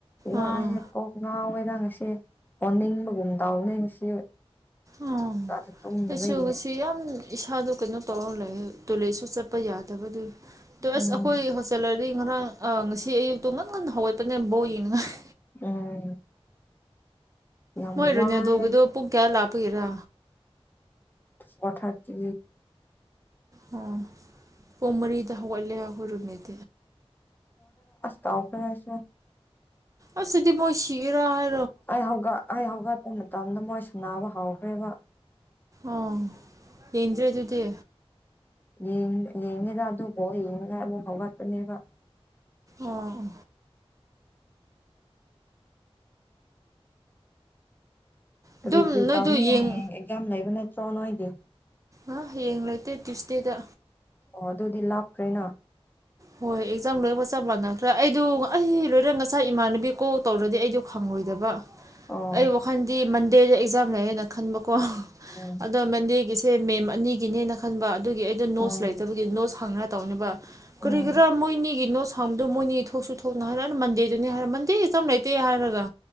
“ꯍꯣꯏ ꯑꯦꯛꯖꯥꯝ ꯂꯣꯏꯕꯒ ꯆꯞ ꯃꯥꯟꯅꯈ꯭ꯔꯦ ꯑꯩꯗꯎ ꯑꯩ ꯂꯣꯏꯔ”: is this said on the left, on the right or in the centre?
Right